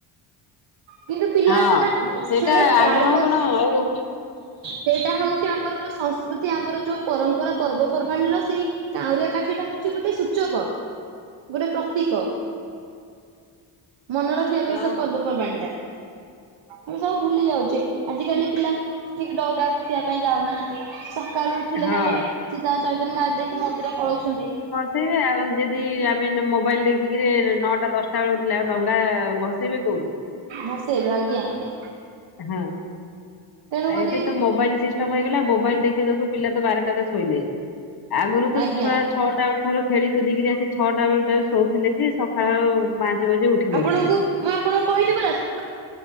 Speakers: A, on the right; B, on the left.
A: କିନ୍ତୁ ପିଲା
B: ହଁ।
A: ସେଟା
B: ସେଇଟା
A: ସେଟା
B: ଆଗ୍ରହ
A: ତାଳିିବା
B: କଣ ଆଉ ହଁ
A: ସେଇଟା ହଉଛି ଆମର ଯୋଉ ସଂସ୍କୃତି ଆମର ଯୋଉ ପରମ୍ପରା ପର୍ବପର୍ବାଣିର ସେଇ କାଉରିଆ କାଠିଟା ହଉ ଛି ଗୋଟେ ସୁ ଶୁଭ ଗୋଟେ ପ୍ର ତି କ ମନେ ରଖିବା ପାଇଁ
B: ହଁ
A: ସବୁ ପର୍ବପର୍ବାଣୀ ଟା ଆମେ ସବୁ ଭୁଲି ଯାଉଛେ ଆଜିକାଲି ପିଲା ବହୁ ଠିକ ଡଙ୍ଗା ଭସେଇବା ପାଇଁ ଯାଉନାହାନ୍ତି। ସକାଳୁ ଉଠିଲେ
B: ହଁ।
A: ଖାଲି ଚିତା ଚୈତନ ମାରିଦେଇକି ମନ୍ଦିର ପଳଉଛନ୍ତି।
B: ଥିଲେ ଆଉ ଯଦି ଆମେ ମୋବାଇଲ ଦେଖିକିରି ନଅଟା ଦଶ ସତେବେଳେ ଉଠିଲେ ଆଉ ଡଙ୍ଗା ଭସେଇବେ କୋଉଠୁ
A: ଭସେଇବେ ଆଜ୍ଞା ଆଜ୍ଞା
B: ହଁ
A: ତେଣୁକରି
B: ଆ ଏବେ ତ ମୋବାଇଲ ସିଷ୍ଟମ ହେଇଗଲା ମୋବାଇଲ ଦେଖି ଦେଖୁ ପିଲା ତ ବାରଟା ରେ ଶୋଇଲେ ଆଗରୁ ତ
A: ଆଜ୍ଞା
B: ଛୁଆ ଛଅଟା ବେଳ ଠାରୁ ଖେଳିକୁଦି କିରି ଆସି ଛଅଟା ବେଳେ କହୁଥିଲେ ଯେ ସକାଳ ପାଞ୍ଚ ବଜେ ଉଠି ପଡୁଥିଲେ।
A: ଆପଣଙ୍କୁ ମୁଁ ଆପଣଙ୍କୁ କହିଲି ପରା ସ